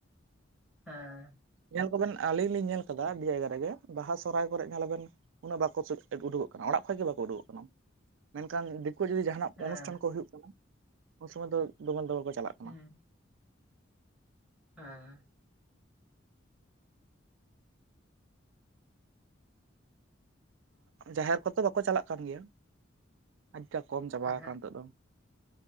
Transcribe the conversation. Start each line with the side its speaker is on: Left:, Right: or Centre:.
Centre: ᱦᱮᱸ
Right: ᱧᱮᱞ ᱠᱚᱵᱮᱱ ᱟᱞᱤᱧ ᱞᱤᱧ ᱧᱮᱞ ᱟᱠᱟᱫᱟ ᱟᱹᱰᱤ ᱡᱟᱭᱜᱟ ᱨᱮᱜᱮ ᱵᱟᱦᱟ ᱥᱚᱨᱦᱟᱭ ᱠᱚᱨᱮ ᱧᱮᱞᱞᱟᱵᱮᱱ ᱩᱱᱟᱹᱜ ᱵᱟᱠᱚ ᱩᱰᱩᱠᱚᱜ ᱠᱟᱱᱟ ᱚᱱᱟ ᱚᱲᱟᱜ ᱠᱷᱚᱱ ᱜᱮ ᱵᱟᱠᱚ ᱩᱰᱩᱠᱚᱜ ᱠᱟᱱᱟ ᱢᱮᱱᱠᱷᱟᱱ ᱫᱤᱠᱩ ᱡᱩᱫᱤ ᱡᱟᱦᱟᱱᱟᱜ
Centre: ᱦᱮᱸ
Right: ᱚᱱᱩᱥᱴᱷᱟᱱ ᱠᱚ ᱦᱩᱭᱩᱜ ᱠᱟᱱᱟ ᱩᱱ ᱥᱩᱚᱢᱚᱭ ᱫᱚ ᱫᱚᱜᱚᱞ ᱫᱚᱜᱚᱞ ᱠᱚ ᱪᱟᱞᱟᱜ ᱠᱟᱱᱟ
Centre: ᱦᱩᱸ ᱦᱮᱸ
Right: ᱡᱟᱦᱮᱨ ᱠᱚᱛᱚ ᱵᱟᱹᱠᱚ ᱪᱟᱞᱟᱜ ᱠᱟᱱ ᱜᱮᱭᱟ ᱟᱹᱰᱤᱴᱟ ᱠᱚᱢ ᱪᱟᱵᱟ
Centre: ᱮᱦᱮᱸᱜ
Right: ᱠᱟᱱ ᱱᱤᱛᱚᱜ ᱫᱚ